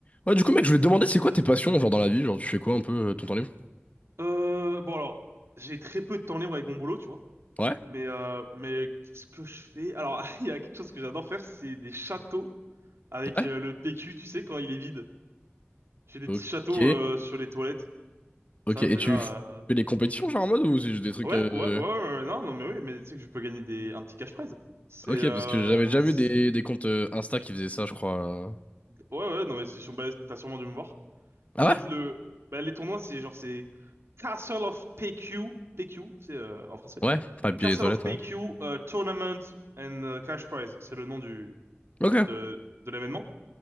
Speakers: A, on the left; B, on the right.
A: Ouais, du coup, mec, je voulais te demander, c'est quoi tes passions, genre dans la vie? Genre, tu fais quoi un peu euh, ton temps libre?
B: Euh, bon alors, j'ai très peu de temps libre avec mon boulot, tu vois.
A: Ouais,
B: Mais euh, mais qu'est-ce que je fais? Alors, <laughs> il y a quelque chose que j'adore faire, c'est des châteaux avec
A: ouais.
B: euh, le PQ, tu sais, quand il est vide. J'ai des
A: Ok,
B: petits châteaux euh, sur les toilettes. Ça
A: ok. Et
B: déjà.
A: tu fais
B: euh,
A: des compétitions, genre en mode, ou c'est juste des trucs.
B: Ouais,
A: euh,
B: ouais, ouais, ouais, ouais, non, non, mais oui, mais tu sais que je peux gagner des un petit cash prize. C'est
A: Ok,
B: euh,
A: parce que j'avais
B: donc
A: déjà vu
B: c'est-
A: des, des comptes euh, Insta qui faisaient ça, je crois. euh.
B: ouais, ouais, non, mais c'est sur... bah, t'as sûrement dû me voir.
A: Ah
B: En
A: ouais?
B: fait, le bah, les tournois, c'est genre c'est Castle of PQ, PQ, tu sais, euh, en français.
A: Ouais, papier
B: Castle
A: et toilette,
B: of PQ
A: ouais.
B: euh, Tournament and euh, Cash Prize, c'est le nom du
A: Ok.
B: de, de l'événement.